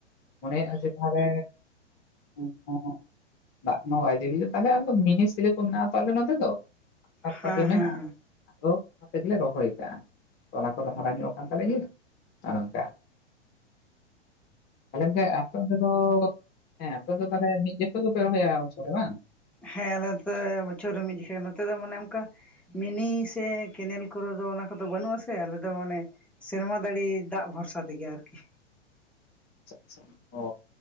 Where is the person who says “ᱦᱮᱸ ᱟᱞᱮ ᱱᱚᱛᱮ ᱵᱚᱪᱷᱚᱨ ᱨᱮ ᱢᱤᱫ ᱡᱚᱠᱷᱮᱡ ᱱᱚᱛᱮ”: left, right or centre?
Centre